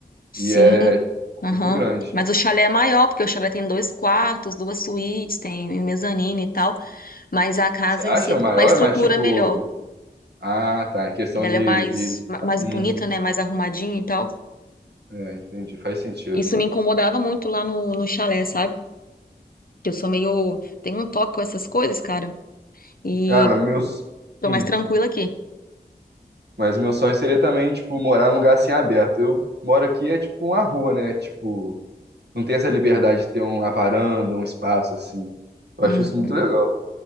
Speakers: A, on the left (about 60°); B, on the right (about 80°).
A: Sim,
B: E é
A: aham.
B: muito grande.
A: Mas o chalé é maior, porque o chalé tem dois quartos, duas suítes, tem mezanino e tal. Mas a casa
B: Você acha
A: em si tem
B: maior,
A: uma estrutura
B: mas tipo,
A: melhor.
B: ah, tá, em questão
A: E ela
B: de,
A: é mais,
B: de...
A: ma- mais
B: Uhum.
A: bonita, né? Mais arrumadinha e tal.
B: É, entendi, faz sentido.
A: Isso me incomodava muito lá no, no chalé, sabe? Que eu sou meio. Tenho um toque com essas coisas, cara. E
B: Ah, mas meus...
A: tô
B: Hum.
A: mais tranquila aqui.
B: Mas meu sonho seria também, tipo, morar num lugar assim aberto. Eu moro aqui, é tipo uma rua, né? Tipo, Não tem essa liberdade de ter uma varanda, um espaço assim. Eu
A: Uhum.
B: acho isso muito legal.